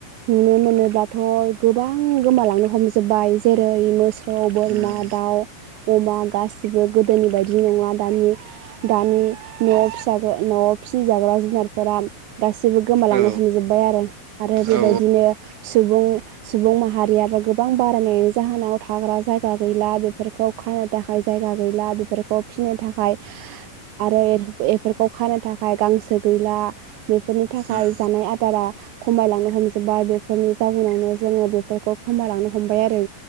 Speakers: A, on the right; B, on the right.
A: नुनो मोनोब्लाथ गोबां गोमालांनो हमजोबबाय जेरै मोस सौ, बोरमा,
B: उम
A: दाउ, अमा गासिबो गोदोनि बायदि नङा दानि दानि न'आव फिसाबो न'आव फिसिजाग्रा जुनार फोरा गासैबो गोमालांनो
B: औ
A: हमजोबबायआरो आरो बेबायदिनो
B: औ
A: सुबुं सुबुं माहारियाबो गोबां बारायनायनि जाहोनाव थाग्रा जायगा गैला बेफोरखौ खानो थाखाय जायगा गैला बेफोरखौ फिनो थाखाय आरो एर एफोरखौ खानो थाखाय गांसो गैला बेफोरनि थाखाय
B: उम
A: जानाय आदारा खमायलांनो हमजोबबाय बेफोरनि जाउनावनो जोङो बेफोरखौ खमायलांनो हमबाय आरो